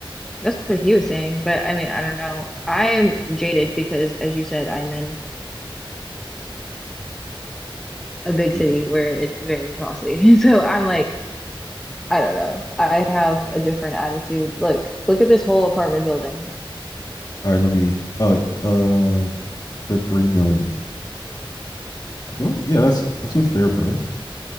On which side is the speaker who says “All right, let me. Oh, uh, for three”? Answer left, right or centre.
Left